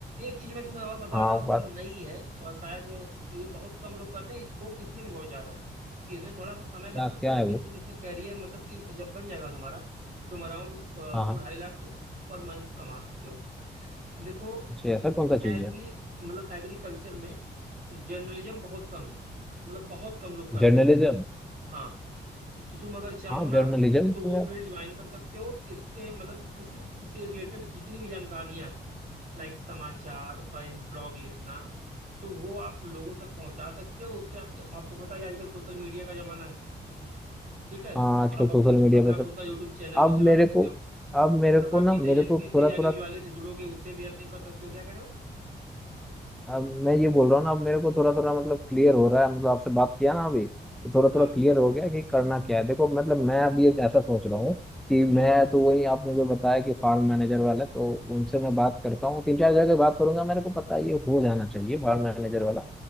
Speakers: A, on the right; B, in the centre.
A: एक चीज मैं तुम्हें और बता
B: हाँ
A: रहा
B: वो
A: हूँ
B: बात
A: जो नई है और शायद ये बहुत कम लोग करते हैं स्कोप इसमें भी बहुत ज्यादा है कि इसमें थोड़ा सा समय लग
B: क्या
A: सकता
B: क्या
A: है लेकिन
B: है वो
A: तुम इसमें करियर मतलब कि जब बन जाएगा तुम्हारा तुम अराउंड दो
B: हाँ हाँ
A: ढाई लाख पर मंथ कमा सकते हो देखो
B: अच्छा ऐसा कौन सा
A: एग्री
B: चीज़ है
A: मतलब एग्रीकल्चर में जर्नलिज्म बहुत कम है मतलब बहुत कम लोग करते
B: जर्नलिज्म
A: हैं हाँ तो तुम अगर चाहो
B: हाँ
A: ना
B: जर्नलिज्म
A: तो
B: तो
A: वो
B: यार
A: फील्ड डिवाइन कर सकते हो इसके मतलब कि कृषि से रिलेटेड जितनी भी जानकारियां हैं लाइक समाचार एंड ब्लॉग लिखना तो वो आप लोगों तक पहुंचा सकते हो उससे आपकी आपको पता है आजकल सोशल मीडिया का जमाना है ठीक है
B: हाँ आजकल
A: आप अपनी
B: सोशल मीडिया
A: अपना
B: पे
A: खुद
B: सब
A: का यूट्यूब चैनल भी
B: अब
A: चला
B: मेरे
A: सकते
B: को
A: हो
B: अब मेरे
A: प्लस
B: को
A: आप
B: ना
A: जिस
B: मेरे
A: एजेंसी
B: को
A: से
B: थोड़ा
A: या न्यूज
B: थोड़ा
A: वाले से जुड़ोगे उससे भी अर्निंग कर सकते हो क्या करे हो
B: अब मैं ये बोल रहा हूँ ना अब मेरे को थोड़ा थोड़ा मतलब क्लियर हो रहा है मतलब आपसे बात किया ना अभी तो थोड़ा
A: हाँ
B: थोड़ा क्लियर हो गया कि करना क्या है देखो मतलब मैं अभी एक ऐसा सोच रहा हूँ कि मैं
A: हम्म
B: तो वही आप मुझे बताया कि फार्म मैनेजर वाले तो उनसे मैं बात करता हूँ तीन चार जगह बात करूंगा मेरे को पता है ये हो जाना चाहिए फार्म मैनेजर वाला